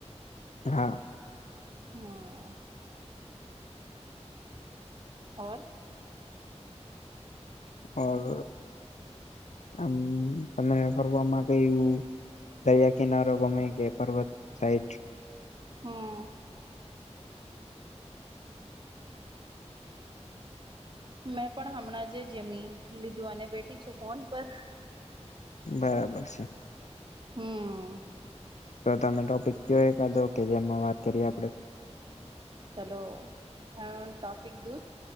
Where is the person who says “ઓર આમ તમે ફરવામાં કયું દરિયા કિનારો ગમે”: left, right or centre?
Left